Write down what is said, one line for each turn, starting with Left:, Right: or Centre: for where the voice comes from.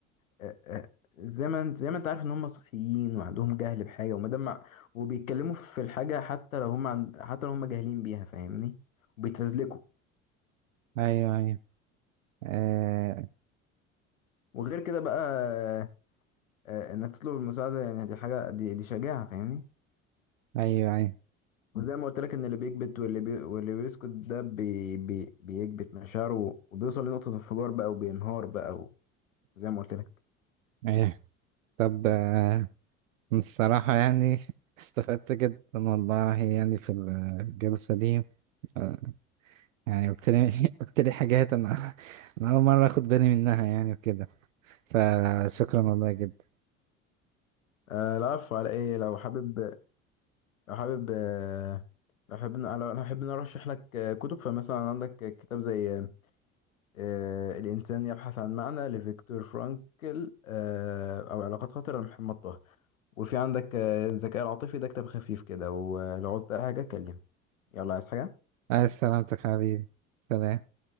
Left: آه، آه، زي ما انت زي ما انت عارف ان هم صحيين وعندهم جهل بحاجه وما دام مع- وبيتكلموا في الحاجه حتى لو هم عن... حتى لو هم جاهلين بيها فاهمني وبيتفزلكوا
Right: أيوه أيوه آه،
Left: وغير كده بقى آه، آه، انك تطلب المساعده يعني دي حاجه دي, دي شجاعه فاهمني
Right: أيوه أيوه
Left: وزي ما قلت لك ان اللي بيكبت واللي بي... واللي بيسكت ده بي... بي... بيكبت مشاعره وبيوصل لنقطه انفجار بقى وبينهار بقى وزي ما قلت لك
Right: أيوه طب آه، الصراحة يعني استفدت جدا والله يعني في الجلسة دي آه، يعني قلت لي <laughs> قلت لي حاجات أنا <laughs> أنا أول مرة أخد بالي منها يعني وكده فشكرا والله جدا
Left: آه لا عارف على ايه لو حابب لو حابب آه، لو حابب لو لو حابب نرشح لك آه، كتب فمثلا عندك كتاب زي آه، الإنسان يبحث عن معنى لفيكتور فرانكل آه، أو علاقات خطرة لمحمد طه وفي عندك آه، الذكاء العاطفي ده كتاب خفيف كده ولو عاوزت أي حاجة كلمني يلا عايز حاجة
Right: عايز سلامتك حبيبي سلام